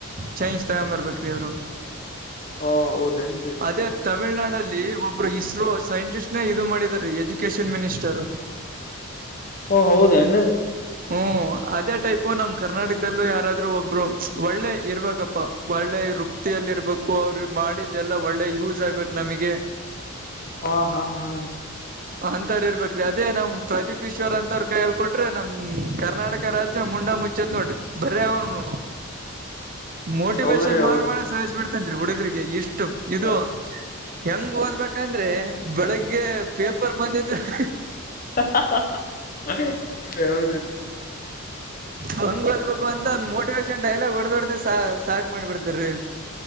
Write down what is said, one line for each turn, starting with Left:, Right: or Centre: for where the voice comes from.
Right: ಚೈನ್ಜ ತಗೊಂಬರ್ಬೇಕ್ರೀ ಅವರು
Left: ಹಾ ಹೌದೇನ್ರಿ
Right: ಅದೇ ತಮಿಳ್ನಾಡಲ್ಲಿ ಲ್ಲಿ ಒಬ್ಬರು ಇಸ್ರೋ ಸೈಂಟಿಸ್ಟ್ ನ ಇದು ಮಾಡಿದ ರೀ ಎಜುಕೇಶನ್ ಮಿನಿಸ್ಟರ್
Left: ಓ ಹೌದೇನ್ರೀ
Right: ಹ್ಮ್ ಅದೇ ಟೈಪ್ ನಮ್ ಕರ್ನಾಟಕದಲ್ಲೂ ಯಾರಾದ್ರೂ ಒಬ್ರು ಒಳ್ಳೆ ಇರ್ಬೇಕಪ್ಪಾ ಒಳ್ಳೆ. ವೃಪ್ತಿಯಲ್ಲಿ ಇರ್ಬೇಕು ಅವ್ರ ಮಾಡಿದ್ದ ಎಲ್ಲ ಒಳ್ಳೆ ಯೂಸ್ ಆಗ್ಬೇಕು ನಮಗೆ.
Left: ಹಾ ಹಾ ಹಾ
Right: ಅಂತರ್ ಇರ್ಬೇಕರೀ ಅದೇ ನಮ್ ಪ್ರದೀಪ್ ಈಶ್ವರ್ ಅಂತ ಅವ್ರ ಕೈಯಲ್ ಕೊಟ್ರೆ ನಮ್. ಹ್ಮ್ ಕರ್ನಾಟಕ ರಾಜ್ಯ ಮುಂಡಾ ಮುಚ್ಚೆತ್ ನೋಡ್ರಿ. ಬರೇ ಅವನು ಮೋಟಿವೇಶನ್
Left: ಹೌದ್ರಿ ಹೌದ್ರಿ
Right: ಮಾಡ್ ಮಾಡಿ ಸಾಯಿಸ್ಬಿಡ್ತಾನ್ ರೀ ಹುಡುಗರಿಗೆ ಎಷ್ಟ್ ಇದು
Left: ಹೌದ್ರಿ
Right: ಹೆಂಗ ಓದ್ಬೇಕಂದ್ರೆ ಬೆಳಗ್ಗೆ ಪೇಪರ್ ಬಂದಿದ್ <inaudible>
Left: <inaudible>
Right: ಹಂಗ ಓದ್ಬೇಕು ಅಂತ ಅವನ್ ಮೋಟಿವೇಶನ್. ಎಲ್ಲ ಡೈಲಾಗ್ ಹೊಡೆದು ಹೊಡೆದೆ ಸಾಕ್ ಸಾಕ್ ಮಾಡ್ಬಿಡ್ತಾರಿ.